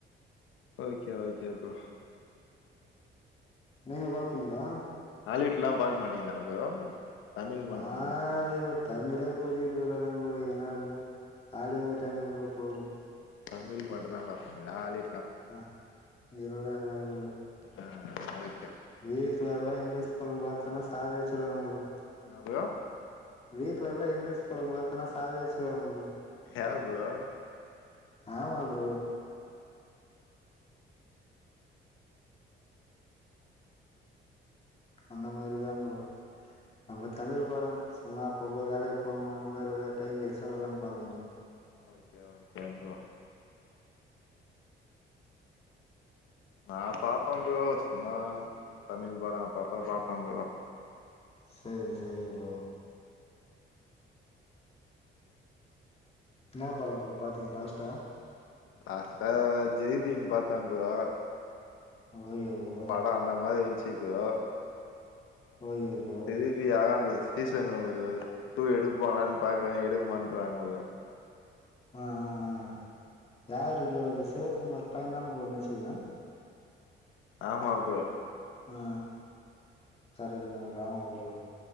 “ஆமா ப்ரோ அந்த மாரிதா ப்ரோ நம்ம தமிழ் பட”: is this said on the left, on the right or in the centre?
Left